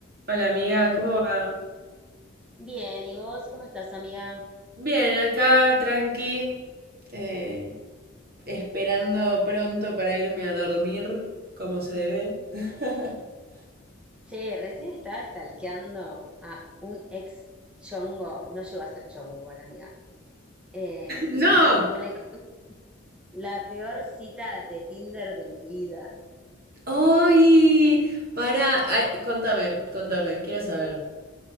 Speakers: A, on the right; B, in the centre.
A: Hola amiga, ¿cómo va?
B: Bien, ¿y vos cómo estás, amiga?
A: Bien, acá tranqui, eh, esperando pronto para irme a dormir, como se debe. <laughs>
B: Che, recién estaba stalkeando a un ex chongo, no llegó a ser chongo igual, amiga, eh,
A: No,
B: con el que tuve la peor cita de Tinder de mi vida.
A: ¡Ay! Para, contame, contame, quiero saber.